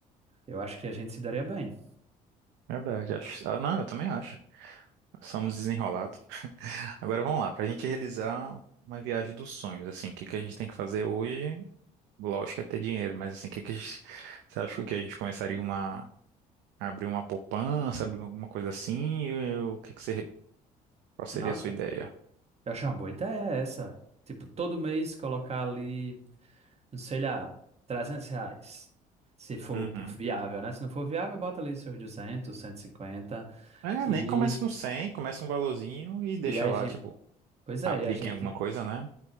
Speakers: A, on the right; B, on the right.
A: Eu acho que a gente se daria bem.
B: verdade. Acho... ah, Não, eu também acho. Somos desenrolados. <laughs> Agora vamos lá, para a gente realizar uma viagem dos sonhos, assim, o que que a gente tem que fazer hoje? Lógico é ter dinheiro, mas assim, o que que a gente... Você acha que a gente começaria uma... a abrir uma poupança, abrir alguma coisa assim? Eu- O que que você... Qual seria
A: Nossa,
B: a sua ideia?
A: eu acho uma boa ideia essa. Tipo, todo mês colocar ali, não sei lá, 300 reais. Se for
B: Uhum.
A: viável, né? Se não for viável, bota ali seus 200, 150.
B: É,
A: E,
B: nem começa
A: cinquenta.
B: com 100, começa um valorzinho e deixa
A: e e a
B: lá,
A: gente.
B: tipo,
A: Pois é,
B: aplica
A: e a gente.
B: em alguma coisa, né?